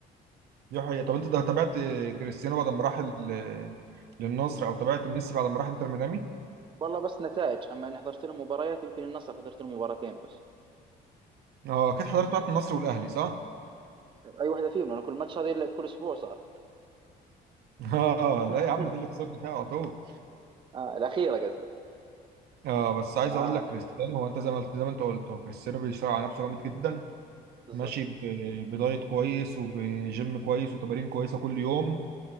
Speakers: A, on the right; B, on the right.
A: دي حقيقه طب انت ده تابعت كريستيانو بعد ما راح ال- للنصر او تابعت ميسي بعد ما راح انتر ميامي
B: والله بس نتائج اما اني حضرت لهم مباريات يمكن النصر حضرت لهم مباراتين بس
A: اه اكيد حضرت بتاعت النصر والاهلي صح
B: اي واحده فيهم لانه كل ماتش هذا يلعب كل اسبوع صار
A: <laughs> اه
B: <laughs>
A: لا يا عم دي اللي خسرنا فيها على طول
B: آه الاخيره قصدك
A: اه بس عايز
B: اه
A: اقول لك كريستيانو
B: شفتها
A: هو انت زي ما قلت زي ما انت قلت هو كريستيانو بيشتغل على نفسه جامد جدا
B: بالضبط
A: ماشي ب- بدايت كويس وبجيم كويس وتمارين كويسه كل يوم